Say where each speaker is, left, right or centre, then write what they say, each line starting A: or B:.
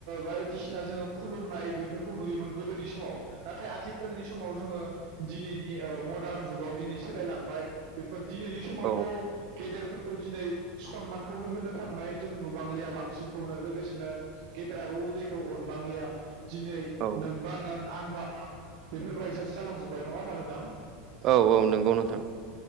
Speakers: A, on the right; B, on the right.
A: बायदिसिना जोङो खुलुमनाय बेफोरखौ नुयोमोन गोदोनि समावो नाथाय आथिखालनि समाव जोङो दिनैनि मडार्न जुगाव दिनै सोलायलांनो बेफोर दिनैनिनो समावथ'
B: औ
A: गेदेरफोरखौ दिनै सनमानखौनो होनो थांनाय जों नुबांलिया। बांसिनखौनो लोगोसेनो गेदेराबो उन्दैखौ अनबांलिया दिनै
B: औ
A: नोंबा नों आं आं बा आं बेफोरबायसासो जालांजोब्बाय नङा होमबा नोंथां।
B: औ औ नंगौ नोंथां।